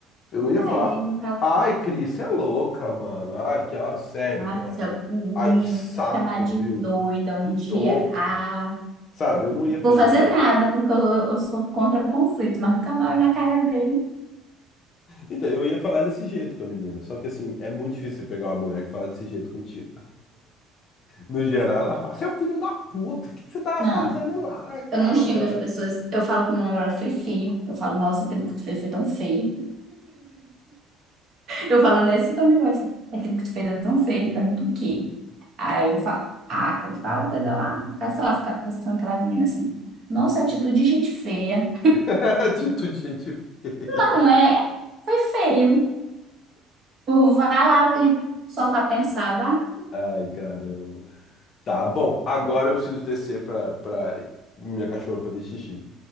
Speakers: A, on the left; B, on the right.
A: Eu não ia falar,
B: É, e no caso,
A: ai, Cris, você é louca, mano. Ai, que, ó, sério,
B: ah,
A: mano.
B: se eu me
A: Ai, que
B: me
A: saco,
B: chamar de
A: viu?
B: doida um
A: De
B: dia,
A: novo.
B: ah,
A: Sabe, eu não ia
B: não
A: fazer
B: vou fazer
A: isso.
B: nada, porque eu, eu sou contra conflito, mas nunca mais olho na cara dele.
A: Então, eu ia falar desse jeito com a menina. Só que, assim, é muito difícil você pegar uma mulher que fala desse jeito contigo. No geral, ela fala, você é o filho da puta, o que que você tava
B: Não,
A: fazendo lá e tal,
B: eu não xingo
A: mano?
B: as pessoas. Eu falo que meu namorado foi feio. Eu falo, nossa, aquilo que tu fez foi tão feio. Eu falo nesse tom de voz, assim, aquilo que tu fez é tão feio, pergunto o quê? Aí eu falo, ah, aquela tal coisa lá, cara, sei lá, ficar conversando com aquela menina assim, nossa, atitude de gente feia.
A: <laughs> Atitude de gente feia.
B: Ela não é, foi feio. Eu vá lá e só pra pensar, vá.
A: Ai, caramba. Tá, bom, agora eu preciso descer pra, pra minha cachorra fazer xixi.